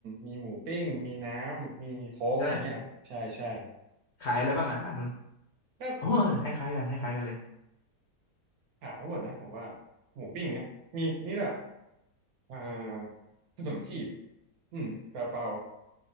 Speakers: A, on the right; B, on the left.
A: มีหมูปิ้งมีน้ำมีโค้กอะไรเงี้ยครับใช่ใช่
B: ไหมขายอะไรบ้างอ่ะร้านนู้น
A: ก็
B: โอ้คล้ายๆกันคล้ายๆกันเลย
A: หาทั้งหมดนะผมว่าหมูปิ้งเนี่ยมีนี่แหละอ่าขนมจีบอืมซาลาเปา